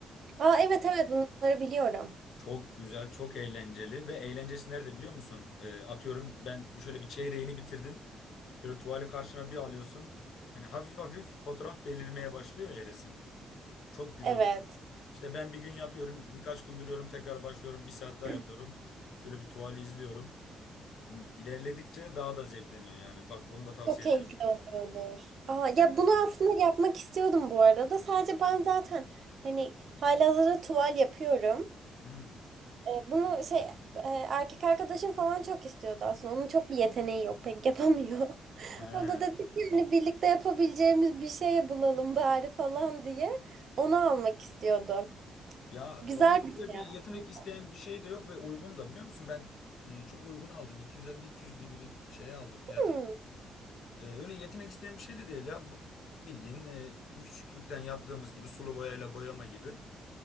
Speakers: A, on the right; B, on the left.
A: Aa evet evet bunları biliyorum.
B: Çok güzel, çok eğlenceli ve eğlencesi nerede biliyor musun? E, atıyorum ben şöyle bir çeyreğini bitirdin. Şöyle tuvali karşına bir alıyorsun. Hani hafif hafif fotoğraf belirmeye başlıyor ya resim. Çok güzel
A: Evet.
B: oluyor. İşte ben bir gün yapıyorum, birkaç gün duruyorum, tekrar başlıyorum, bir saat daha
A: <laughs>
B: yapıyorum. Şöyle bir tuvali izliyorum. İlerledikçe daha da zevkleniyor yani. Bak onu da tavsiye
A: Çok keyifli
B: ederim sana.
A: oluyordur. Aa,
B: Aynen.
A: ya bunu aslında yapmak istiyordum bu arada. Sadece ben zaten hani halihazırda tuval yapıyorum.
B: Hmm.
A: Bunu şey e, erkek arkadaşım falan çok istiyordu aslında. Onun çok bir yeteneği yok. Pek yapamıyor. <laughs>
B: <laughs> He.
A: O da dedi ki hani birlikte yapabileceğimiz bir şey bulalım bari falan diye. Onu almak istiyordu.
B: Ya
A: Güzel
B: onun
A: bir
B: öyle
A: şey
B: bir yetenek
A: aslında.
B: isteyen bir şey de yok ve uygun da biliyor musun? Ben e, çok uygun aldım. 250-300 gibi bir şey aldım fiyatı.
A: Hmm,
B: E, öyle yetenek isteyen bir şey de değil ya. Bu- Bildiğin e, küçüklükten yaptığımız gibi sulu boyayla boyama gibi.